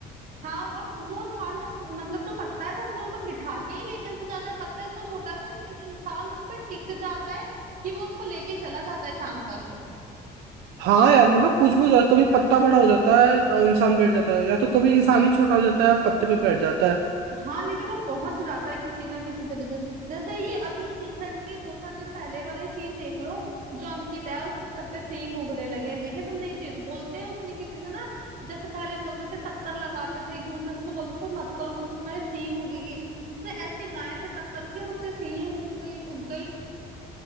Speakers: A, on the right; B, on the right.
A: हाँ और वो चांद अप- मतलब जो पत्ता है वो अपने ऊपर बिठा के ही लेकर के जाता है पत्ता इतना छोटा सा है लेकिन इंसान उस पर टिक जाता है कि वो उसको लेके चला जाता है चांद तक
B: हाँ यार मतलब कुछ भी हो जाता है कभी पत्ता बड़ा हो जाता है और इंसान बैठ जाता है या तो कभी इंसान ही छोटा हो जाता है पत्ते पे बैठ जाता है
A: हाँ लेकिन वो पहुंच जाता है किसी ना किसी तरीके से जैसे ये अभी रिसेंटली दो चार दिन पहले वाला ही सीन देख लो जो अंकित है उसके सर पे सींग उगने लगे हैं देखे तुमने ये चीज बोलते हैं उसने किसी से ना जैसे पहले बोलते थे टक्कर लगाते थे एक दूसरे से तो बोलते थे मत करो नहीं तो तुम्हारे सींग उगेगी उसने ऐसे गाय से टक्कर की और उसके सींग उग गई उग गई